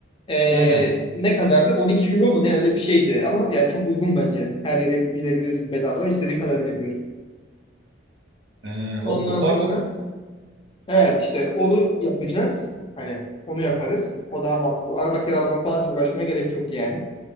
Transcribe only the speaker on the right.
Aynen.
Ee, o
o-
bak o